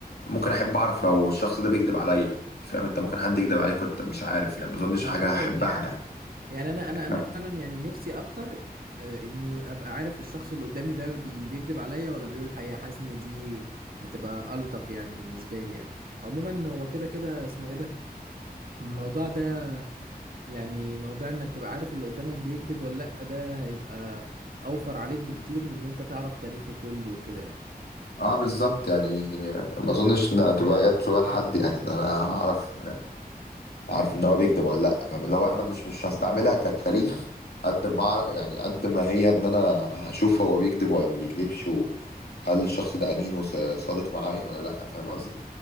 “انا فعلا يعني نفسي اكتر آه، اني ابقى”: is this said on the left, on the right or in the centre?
Right